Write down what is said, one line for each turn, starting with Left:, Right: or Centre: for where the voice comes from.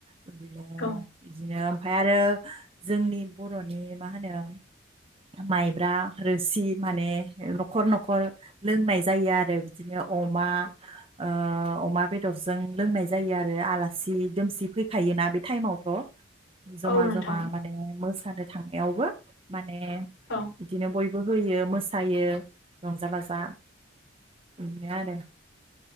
Right: बिदिनो
Left: औ
Right: बिदिनो ओमफ्राय आरो जोंनि बर'नि मा होनो माइ ब्रा रोसि माने न'खर न'खर लोंनाय जायो आरो बिदिनो अमा ओ अमा बेदरजों लोंनाय जायो आरो आलासि दुमसि फैखायोना बे टाइमावथ'। जमा
Left: औ नोंथां
Right: जमा माने मो सानो थांनायावबो माने
Left: औ
Right: बिदिनो बयबो होयो मोसायो रंजा बाजा बिदिनो आरो।